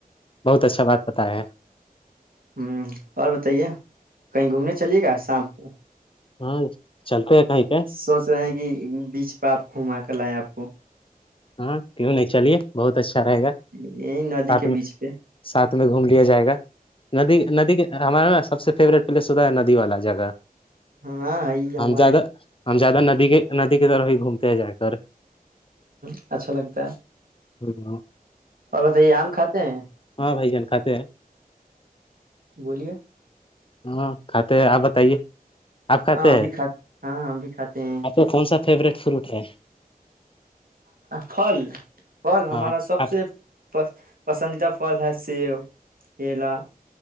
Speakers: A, on the left; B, on the right.
A: بہت اچھا بات پتا ہے
B: ہوں اور بتائیے کہیں گھومنے چلیے گا شام کو
A: ہاں چلتے ہیں کہیں پہ
B: سوچ رہے ہیں کہ بیچ پہ آپ گھما کر لایا آپ و
A: ہاں کیوں نہیں چلیے بہت اچھا رہے گا
B: یہی ندی
A: ساتھ
B: کے
A: میں
B: بیچ پہ
A: ساتھ میں گھوم لیا جائے گا ندی ندی کے ہمارا نا سب سے فیوریٹ پلیس ہودا ہے ندی والا جگہ
B: ہاں ہے ہمارے
A: ہم زیادہ ہم زیادہ ندی کے ندی کی طرف ہی گھومتے ہیں جا کر
B: انٹنجیبل ٹیکسٹ
A: انٹینجیبل ٹیکسٹ
B: اور بس یہ آم کھاتے ہیں
A: ہاں بھائی جان کھاتے ہیں
B: بولیے
A: ہاں کھاتے ہیں آپ بتائیے آپ کہتے
B: ہاں ہم
A: ہیں
B: بھی کھاتے ہاں ہم بھی کھاتے ہیں
A: آپ کا کون سا فیوروریٹ فروٹ اناودیابل
B: پھل پھل ہمارا
A: ہاں
B: سب
A: آپ
B: سے پسندیدہ فھل ہے سیب کلا